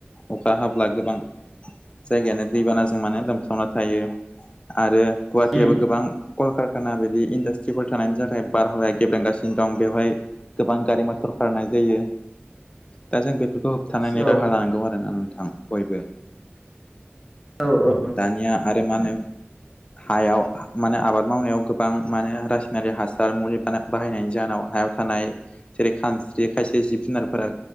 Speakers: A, on the left; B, in the centre.
A: अखा हाब्ला गोबां जायगायानो दैबानाजों मानो लोमसावना थायो आरो गुवाहाटियाबो
B: उम
A: गोबां कल कारखाना बिदि इन्डास्ट्रिफोर थानायनि थाखाय बारहावाया गेब्रेंगासिनो दं बेवहाय गोबां गारि मथर खारनाय जायो। दा जों बेफोरखौ होबथानायनि
B: औ
A: राहा लानांगौ आरोना नोंथां बयबो।
B: औ औ
A: दानिया आरो मा नो हायाव मा नो आबाद मावनायाव गोबां मानो रासायनारिक हासार मुलि बान बाहायनायनि जाहोनाव हायाव थानाय जेरै खानस्रि खायसे जिब जुनारफोरा